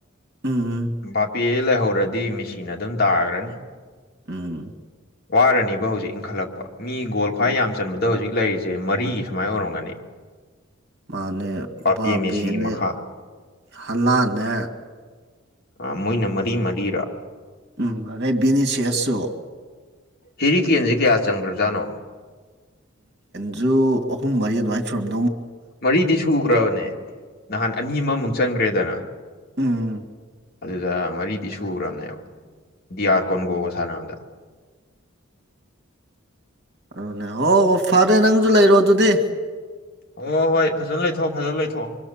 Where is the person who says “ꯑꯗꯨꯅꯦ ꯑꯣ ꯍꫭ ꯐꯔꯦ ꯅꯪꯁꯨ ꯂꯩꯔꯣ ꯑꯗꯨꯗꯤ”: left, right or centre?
Right